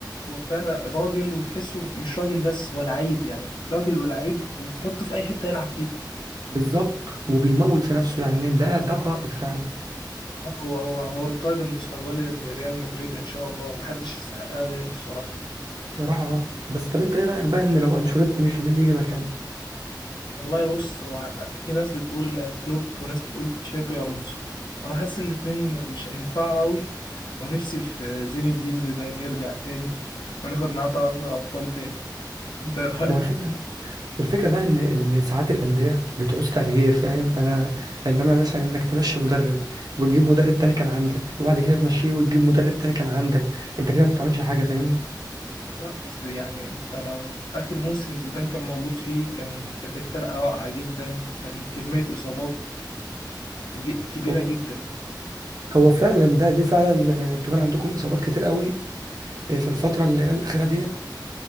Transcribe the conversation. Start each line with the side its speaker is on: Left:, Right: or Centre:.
Left: هو فعلا راجل وتحسه مش راجل بس هو لعيب يعني راجل ولعيب وتحطه في اي حتة يلعب فيها
Right: بالظبط وبيموت في نفسه يعني ده ده قائد فعلا
Left: لا، هو هو هو القائد المستقبلي لريال مدريد ان شاء الله محدش يستحقها غيره الصراحه
Right: بصراحة اه بس طب أنت إيه رأيك بقى إن لو أنشيلوتي مشي مين اللي يجي مكانه؟
Left: والله بص هو في ناس بتقول كلوب وناس بتقول تشابي الونسو انا حاسس الاتنين مش هينفعوا قوي ونفسي في زين الدين زيدان يرجع تاني وناخد معاه ثلاثة ابطال تاني انت ايه رايك
Right: ما هو الفكرة الفكرة بقى إن إن ساعات الأندية بتعوز تغيير فاهم أنا إنما مثلا إنك تمشي مدرب وتجيب مدرب تاني كان عندك وبعد كده تمشيه وتجيب مدرب تاني كان عندك أنت كده ما بتعملش حاجة فاهمني؟
Left: لا بس يعني انت لو اخر موسم زيدان كان موجود فيه كان كانت الفرقه واقعه جدا وكان كميه اصابات ج- كبيره
Right: هو
Left: جدا
Right: هو فعلا ده دي فعلا آه، انتوا كان عندكم اصابات كتير قوي آه، في الفتره اللي هي الاخيره ديت